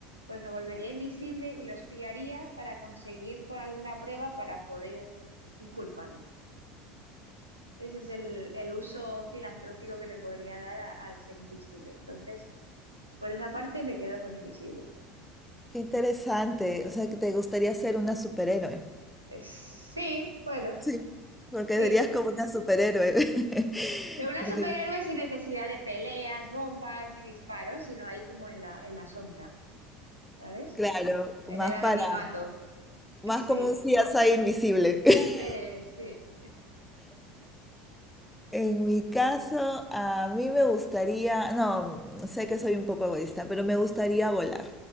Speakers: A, on the right; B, in the centre.
A: pues me volvería invisible y lo espiaría para conseguir con alguna prueba para poder inculparle. Ese es el, el uso filantrópico que le podría dar a- al ser invisible. Entonces... Por esa parte me quedo con Invisible.
B: Qué interesante. O sea, que te gustaría ser una superhéroe.
A: Eh, sí, bueno,
B: Sí, porque
A: sí.
B: serías como una superhéroe. <laughs>
A: Pero una superhéroe
B: Te-
A: sin necesidad de peleas, bombas ni disparos, sino ahí como en la, en la sombra, ¿sabes?
B: Claro,
A: En
B: más
A: el anonimato.
B: para, más
A: <laughs> Sí,
B: como un CSI invisible. <laughs>
A: eh, sí,
B: En mi caso, a mí me gustaría, no, sé que soy un poco egoísta, pero me gustaría volar,